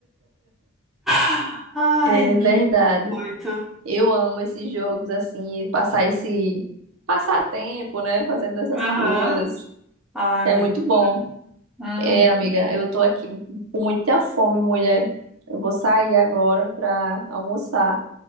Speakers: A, in the centre; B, on the right (about 90°).
A: <laughs> Ai,
B: É
A: é
B: verdade.
A: muito.
B: Eu amo esses jogos assim, e passar esse passar tempo, né, fazendo essas
A: Aham.
B: coisas.
A: Ai,
B: É
A: muito.
B: muito bom.
A: Uhum.
B: É, amiga, eu tô aqui com muita fome, mulher. Eu vou sair agora pra almoçar,